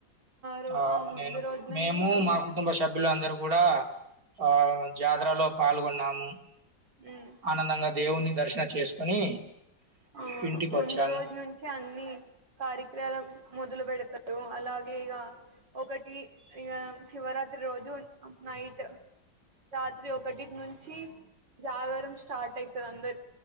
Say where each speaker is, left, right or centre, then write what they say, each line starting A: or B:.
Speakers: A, on the right; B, on the right.
A: రో
B: ఆ
A: ముందు
B: నేను
A: రోజుననే
B: మేము
A: ముం
B: మా కుటుంబ సభ్యులు అందరు కూడా ఆ జాతరలో పాల్గొన్నాము
A: ఉమ్
B: ఆనందంగా దేవుని దర్శనం చేసుకొని
A: అవును
B: ఇంటికొచ్చాము.
A: ముందు రోజు నుంచి అన్ని కార్యక్రాల మొదలు పెడు తారు అలాగే ఇగ ఒకటి శివరాత్రి రోజు నైట్ రాత్రి ఒకటిటి నుంచి జాగర స్టార్ట్ అయితది అందరి